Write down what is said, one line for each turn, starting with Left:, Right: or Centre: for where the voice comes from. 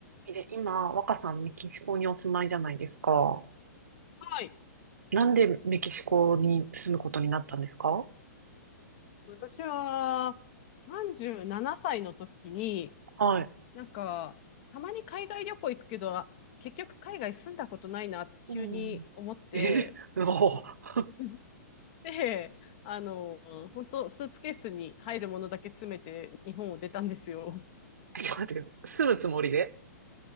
Right: え、今、若さん、メキシコにお住まいじゃないですか。
Left: はい。
Right: なんでメキシコに住むことになったんですか
Left: 私は37歳の時に、
Right: はい。
Left: なんか、たまに海外旅行行くけど、結局海外住んだことないなって急に思って、
Right: うん。え、<laughs> おー
Left: うんで、あの、本当スーツケースに入るものだけ詰めて日本を出たんですよ。
Right: ちょっと待って、住むつもりで